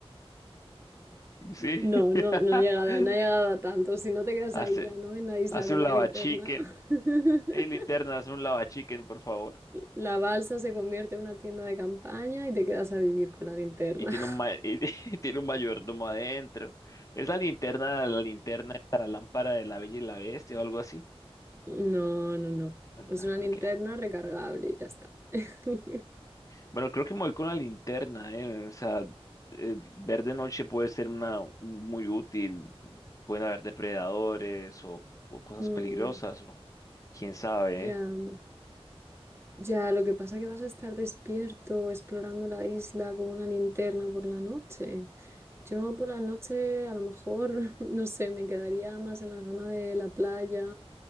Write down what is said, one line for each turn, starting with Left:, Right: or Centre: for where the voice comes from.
Left: Sí.
Right: No,
Left: <laughs>
Right: no, no he llegado, no he llegado a tanto. Si no te quedas
Left: Hace,
Right: ahí ya, ¿no? En la isla
Left: hace
Right: con
Left: un
Right: la
Left: lavachicken.
Right: linterna. <laughs>
Left: Eh, linterna, hace un lavachicken, por favor.
Right: La balsa se convierte en una tienda de campaña y te quedas a vivir con la linterna.
Left: Y tiene
Right: <laughs>
Left: un, ma- <laughs> y tiene un mayordomo adentro. Es la linterna, la linterna, la lámpara de la Bella y la Bestia o algo así.
Right: No, no, no.
Left: Anda,
Right: Es una linterna
Left: ok.
Right: recargable, ya está. <laughs>
Left: Bueno, creo que me voy con la linterna, ¿eh? O sea, eh, ver de noche puede ser una muy útil. Pueden haber depredadores o, o cosas
Right: Mm,
Left: peligrosas, o quién sabe,
Right: ya.
Left: ¿eh?
Right: Ya, lo que pasa es que vas a estar despierto explorando la isla con una linterna por la noche. Yo por la noche a lo mejor, <laughs> no sé, me quedaría más en la zona de la playa,